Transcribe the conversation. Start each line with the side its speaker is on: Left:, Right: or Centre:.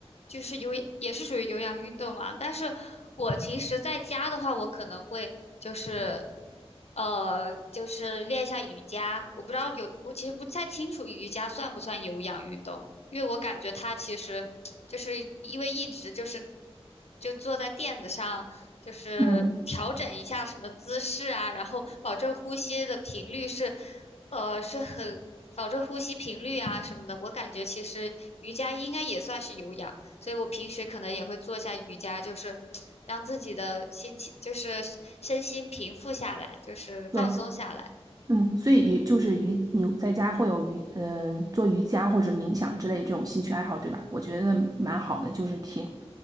Left: 就是有也是属于有氧运动嘛。但是我平时在家的话，我可能会就是呃，就是练一下瑜伽。我不知道有，我其实不太清楚瑜伽算不算有氧运动，因为我感觉它其实就是因为一直就是就坐在垫子上。就是调整一下什么姿势啊，
Right: 嗯，
Left: 然后保证呼吸的频率是，呃，是很保证呼吸频率啊什么的。我感觉其实瑜伽应该也算是有氧。所以我平时可能也会做一下瑜伽，就是让自己的心情，就是身心平复下来，就是放松下来。
Right: 对，嗯，所以也就是瑜，你在家会有瑜，嗯、做瑜伽或者冥想之类这种兴趣爱好，对吧？我觉得蛮好的，就是挺，